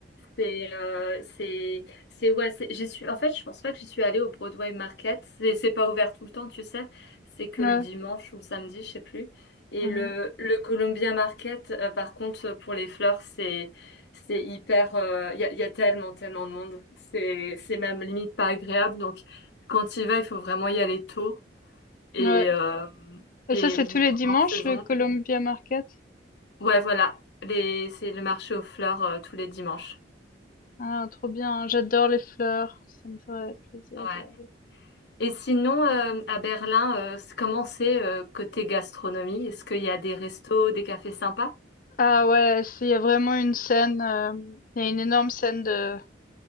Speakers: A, on the left; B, on the left.
A: C'est, euh, c'est, c'est, ouais, c'est- j'y suis, en fait, je pense pas que j'y suis allée au Broadway Market. C'est, c'est pas ouvert tout le temps, tu sais. C'est que
B: Ouais.
A: le dimanche ou le samedi, je sais plus. Et
B: Mmh.
A: le, le Columbia Market, euh, par contre, pour les fleurs, c'est, c'est hyper, euh, il y a, y a tellement, tellement de monde. C'est, c'est même limite pas agréable. Donc, quand il va, il faut vraiment y aller tôt et,
B: Ouais.
A: euh,
B: Et
A: et
B: ça, c'est
A: ou
B: tous les dimanches,
A: hors saison.
B: le Columbia Market?
A: Ouais, voilà. Les, c'est le marché aux fleurs, euh, tous les dimanches.
B: Ah, trop bien. J'adore les fleurs. Ça me ferait plaisir
A: Ouais.
B: d'y aller.
A: Et sinon, euh, à Berlin, euh, c'est- comment c'est euh, côté gastronomie? Est-ce qu'il y a des restos, des cafés sympas?
B: Ah ouais, s'il y a vraiment une scène, euh, il y a une énorme scène de